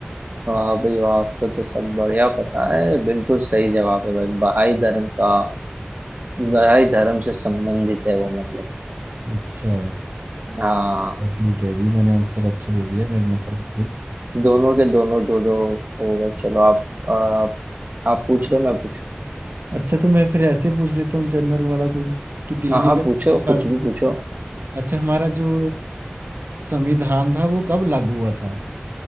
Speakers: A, on the right; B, on the right.
A: वाह भाई वाह आपको तो सब बढ़िया पता है बिल्कुल सही जवाब है भाई बहाई धर्म का बहाई धर्म से संबंधित है वो मतलब
B: अच्छा
A: हाँ
B: ठीक है जी मैंने आंसर अच्छा दे दिया मेरे नंबर पे
A: दोनों के दोनों दो दो हो गए चलो आप आप आप पूछ लो मैं पूछ
B: अच्छा तो मैं फिर ऐसे पूछ लेता हूँ जनरल वाला कोई कि दिल्ली
A: हाँ हाँ
B: का संगठन-
A: पूछो कुछ भी पूछो
B: अच्छा हमारा जो संविधान था वो कब लागू हुआ था